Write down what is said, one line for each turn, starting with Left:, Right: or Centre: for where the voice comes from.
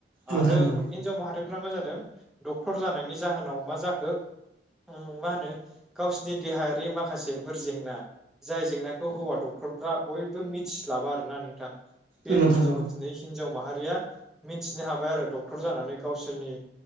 Right: नोंथां औ नोंथां औ नोंथां औ नोंथां औ नोंथां औ नोंथां औ नोंथां औ नोंथां
Centre: आरो
Right: औ
Centre: हिनजाव माहारिफ्रा मा जादों डक्टर जानायनि जाहोनाव मा जा ‌ बो ओ मा होनो गावसिनि देहायारि माखासेफोर जेंना जाय जेंनाखौ हौवा डक्टरफ्रा बयबो मिथिस्लाबा आरोना नोंथां बे
Right: औ नोंथां
Centre: बुस्थुखौ
Right: औ
Centre: नै हिनजाव माहारिया मिथिनो हाबाय आरो डक्टर जानानै गावसोरनि